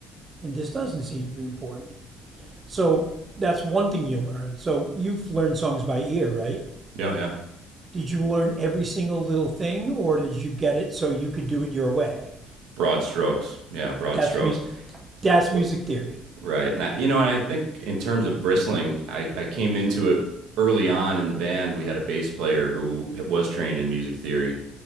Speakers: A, on the right; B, on the right.
A: and this doesn't seem to be important. So that's one thing you learn. So you've learned songs by ear, right?
B: Yeah. Yeah.
A: Did you learn every single little thing, or did you get it so you could do it your way?
B: Broad strokes. Yeah. Broad
A: That's
B: strokes.
A: music. That's
B: What?
A: music theory,
B: Right. Now, you know, and I think in terms of bristling, I, I came into it early on in the band. We had a bass player who was trained in music theory.